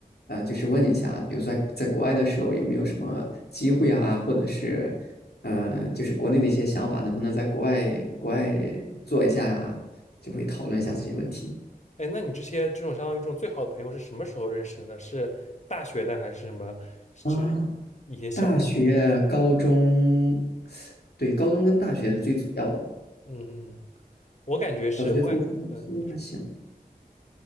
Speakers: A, on the left; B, on the left.
A: 呃，就是问一下，比如说在在国外的时候有没有什么机会啊，或者是，
B: 嗯，
A: 嗯、就是国内的一些想法，能不能在国外国外
B: 嗯
A: 做一下啊，就会讨论一下这些问题。
B: 哎，那你这些这种相当于这种最好的朋友是什么时候认识的？是大学的还是什么？是
A: 啊，
B: 以前？
A: 大学、高中，对，高中跟大学是最主要的。
B: 嗯嗯，我感觉是，
A: 小学、
B: 我感嗯，
A: 初中、初中还行，
B: 你说，